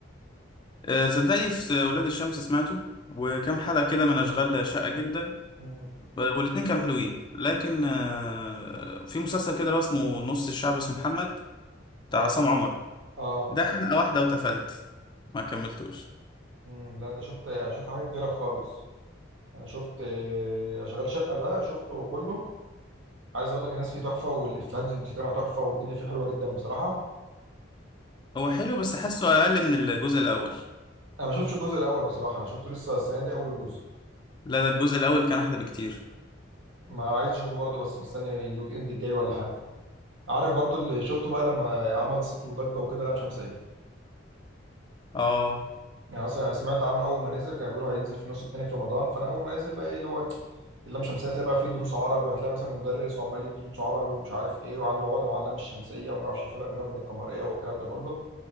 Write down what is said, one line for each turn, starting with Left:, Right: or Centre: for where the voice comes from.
Left: آه، صدقني في ولاد الشمس سمعته وكام حلقة كده من أشغال شاقة جدا
Right: امم
Left: آه، والاتنين كانوا حلوين لكن آه، في مسلسل كده اللي هو اسمه نص الشعب اسمه محمد بتاع
Right: اه
Left: عصام عمر
Right: اه
Left: ده حلقة واحدة واتقفلت ما كملتوش
Right: امم لا انت شفت انا شفت حاجات كتيره خالص انا شفت آه، اشغال شقه ده شفته كله عايز اقول لك الناس فيه تحفه والافيهات اللي بتترمى تحفه والدنيا فيه حلوه جدا بصراحه
Left: هو حلو بس حاسه اقل من الجزء الاول
Right: انا ما شفتش الجزء الاول بصراحه انا شفته لسه السنه دي اول جزء
Left: لا لا الجزء الاول كان احلى بكتير
Right: ما عايز اشوفه برضه بس مستني الويك اند الجاي ولا حاجه عارف برضو اللي شفته بقى لما عمل صيت وضجه وكده لام شمسيه
Left: اه
Right: يعني اصلا يعني سمعت عنه اول ما نزل كانوا بيقولوا هينزل في النص التاني في رمضان فانا اول ما نزل بقى ايه اللي هو اللام شمسيه هتلاقي بقى فيه دروس عربي وهتلاقي مثلا مدرس وعمال يدي دروس عربي ومش عارف ايه وعنده عقده مع اللام الشمسيه وما يعرفش الفرق بينها وبين القمريه والكلام ده كله